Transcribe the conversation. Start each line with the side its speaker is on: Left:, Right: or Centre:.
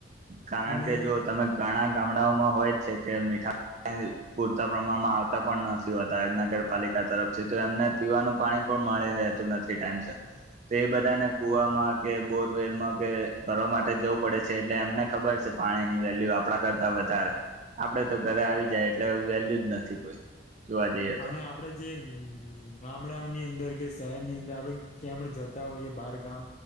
Right: કારણ
Left: અને
Right: કે જો તમે ઘણા ગામડાઓમાં હોય જ છે કે મીઠા પૂરતા પ્રમાણમાં આવતા પણ નથી હોતા નગરપાલિકા તરફથી તો એમને પીવાનું પાણી પણ મળી રહેતું નથી ટાઈમ સર તો એ બધાને કુવામાં કે બોરવેલમાં કે ભરવા માટે જવું પડે છે એટલે એમને ખબર છે પાણીની વેલ્યુ આપડા કરતા વધારે. આપડે તો ઘરે આવી જાય એટલે વેલયુ જ નથી કોઈ જોવા જઈએ
Left: અને
Right: તો.
Left: આપડે જે ગામડાઓની અંદર કે શહેરની અંદર આપડે કેયાં પણ જતા હોઈએ બાર ગામ